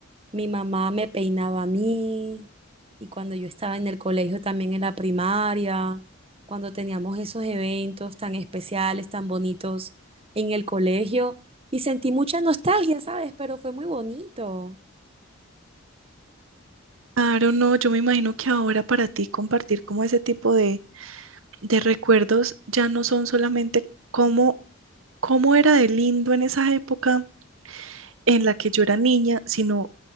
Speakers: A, on the right; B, on the right.
A: mi mamá me peinaba a mí y cuando yo estaba en el colegio también en la primaria, cuando teníamos esos eventos tan especiales, tan bonitos en el colegio. Y sentí mucha nostalgia, ¿sabes? Pero fue muy bonito.
B: Claro, no, yo me imagino que ahora para ti compartir como ese tipo de, de recuerdos ya no son solamente cómo, cómo era de lindo en esa época en la que yo era niña, sino